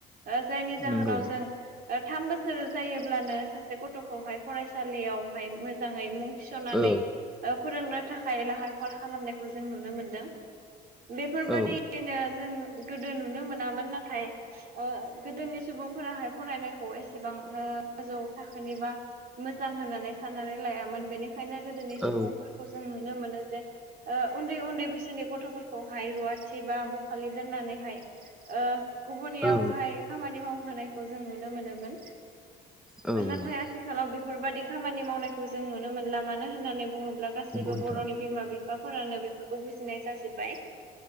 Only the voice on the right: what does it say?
ओ जायनि जाहोनाव
जों ओ थाम बोसोर जायोब्लानो सासे गथ'खौहाय फरायसालियावहाय मोजाङै मुं थिसननानै
ओ फोरोंनो थाखाय लाहार फाहार खालामनायखौ जों नुनो मोनदों। बेफोरबादिनो
जों गोदो नुनो मोनामोन। नाथाय ओ गोदोनि सुबुंफोराहाय फरायनायखौ एसेबां ओ गोजौ थाखोनि बा मोजां होननानै साननानै लायामोन। बेनिखायनो गोदोनि सुबुंफोरखौ
जों नुनो मोनो जे उन्दै उन्दै बैसोनि गथ'फोरखौहाय रुवाथि बा बखालि दोननानैहाय ओ गुबुनियावहाय
खामानि मावहोनायखौ जों नुनो मोनोमोन।
नाथाय आथिखालाव बेफोरबायदि खामानि मावनायखौ जों नुनो मोनला मानो होननानै बुङोब्ला गासैबो
बर'नि बिमा बिफाफोरानो बेफोरखौ बुजिनाय जाजोब्बाय।